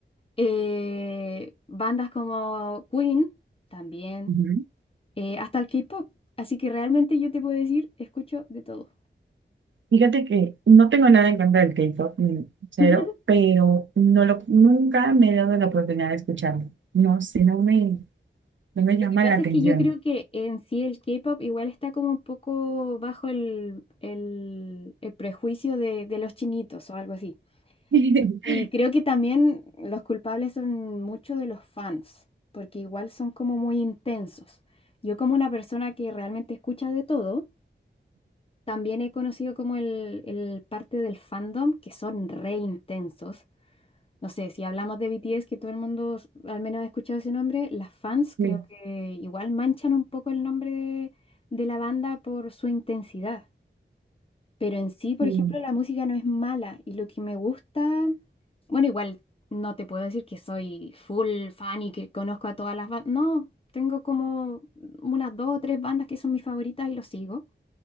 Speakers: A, on the left; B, on the right.
A: eh, bandas como Queen también,
B: Ujú.
A: eh, hasta el K-pop. Así que realmente yo te puedo decir, escucho de todo.
B: Fíjate que no tengo nada en contra del K-pop, mm, cero,
A: <laughs>
B: pero no lo, nunca me he dado la oportunidad de escucharlo. No sé, no me, no me llama
A: Lo que pasa
B: la atención.
A: es que yo creo que en sí el K-pop igual está como un poco bajo el, el- el prejuicio de, de los chinitos o algo así.
B: <laughs>
A: Y creo que también los culpables son muchos de los fans, porque igual son como muy intensos. Yo como una persona que realmente escucha de todo, También he conocido como el, el parte del fandom que son re intensos. No sé, si hablamos de BTS, que todo el mundo s- al menos ha escuchado ese nombre, las fans creo
B: Sí,
A: que igual manchan un poco el nombre de, de la banda por su intensidad. Pero en sí, por
B: sí,
A: ejemplo, la música no es mala y lo que me gusta, bueno, igual no te puedo decir que soy full fan y que conozco a todas las bandas. No, tengo como unas dos o tres bandas que son mis favoritas y lo sigo.